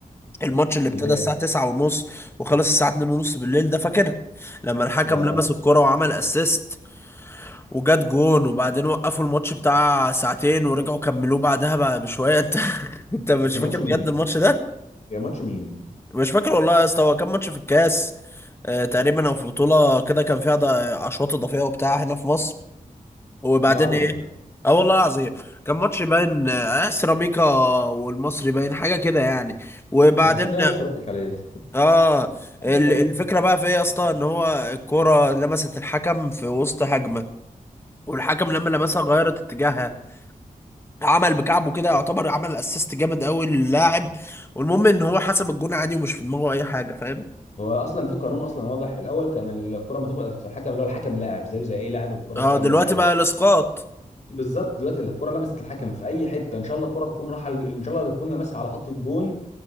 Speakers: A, on the left (about 15°); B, on the left (about 55°).
A: الماتش اللي
B: اللي
A: ابتدى الساعه
B: هي
A: 9 ونص وخلص الساعه 2 ونص بالليل ده فاكر لما الحكم
B: ده
A: لمس الكوره وعمل اسيست وجات جون وبعدين وقفوا الماتش بتاع ساعتين ورجعوا كملوه بعدها بقى بشويه <laughs> انت انت مش
B: ده كان
A: فاكر
B: ماتش
A: بجد
B: مين؟
A: الماتش
B: يا ماتش مين؟
A: مش فاكر والله يا اسطى هو كان ماتش في الكاس آه، تقريبا او في بطوله كده كان فيها ض- اشواط اضافيه وبتاع هنا في مصر وبعدين
B: ايه العبط
A: ايه
B: ده؟
A: اه والله العظيم كان ماتش باين آه، سيراميكا والمصري باين حاجه كده يعني وبعدين
B: انا الحمد لله ما اتفرجتش عليه <laughs>
A: اه
B: الحمد
A: ال-
B: لله والله
A: الفكره بقى في ايه يا اسطى ان هو الكوره لمست الحكم في وسط هجمه والحكم لما لمسها غيرت اتجاهها عمل بكعبه كده يعتبر عمل اسيست جامد قوي للاعب والمهم ان هو حسب الجون عادي ومش في دماغه اي حاجه فاهم
B: هو اصلا في قانون اصلا واضح الاول كان الكره ما تخبط في الحكم اللي هو الحكم لاعب زيه زي اي لاعب الكره
A: اه
B: تكمل
A: دلوقتي
B: عادي
A: بقى الاسقاط
B: بالظبط دلوقتي الكره لمست الحكم في اي حته ان شاء الله الكره تكون راحه ان شاء الله تكون لمسها على خط الجون